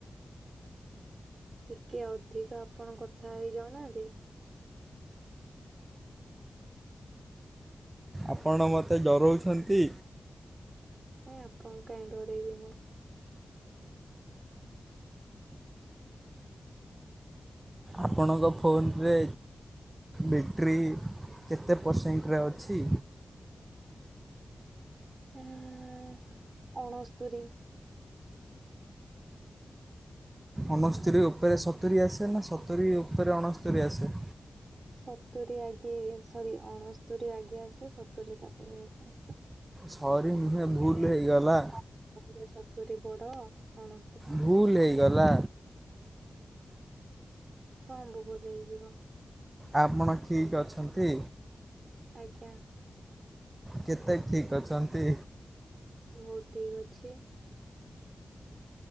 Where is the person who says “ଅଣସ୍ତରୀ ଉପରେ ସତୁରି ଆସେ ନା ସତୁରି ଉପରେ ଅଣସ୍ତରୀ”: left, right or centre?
Right